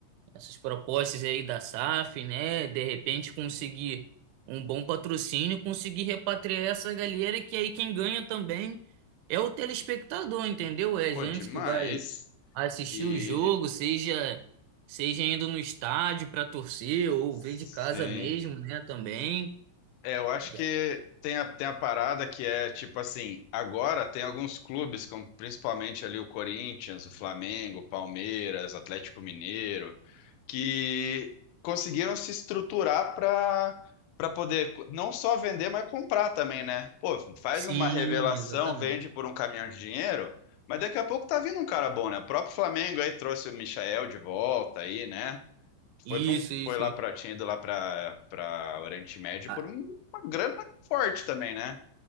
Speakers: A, on the right; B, on the left.
A: essas propostas aí da SAF, né? De repente conseguir um bom patrocínio, conseguir repatriar essa galera, que aí quem ganha também é o telespectador, entendeu? É
B: Pô,
A: a gente
B: demais.
A: que vai assistir
B: E
A: o jogo, seja seja indo no estádio para torcer ou
B: sim,
A: ver de casa mesmo, né, também.
B: é, eu acho
A: E
B: que
A: a-
B: tem a, tem a parada que é tipo assim, agora tem alguns clubes, como principalmente ali o Corinthians, o Flamengo, o Palmeiras, Atlético Mineiro. que conseguiram se estruturar para para poder não só vender, mas comprar também, né? Pô, faz
A: Sim,
B: uma revelação,
A: exatamente.
B: vende por um caminhão de dinheiro, mas daqui a pouco tá vindo um cara bom, né? O próprio Flamengo aí trouxe o Michael de volta aí, né?
A: Isso,
B: Foi para um
A: isso,
B: foi lá
A: isso.
B: para tinha ido lá para para Oriente Médio
A: Ah,
B: por um- uma grana forte também, né?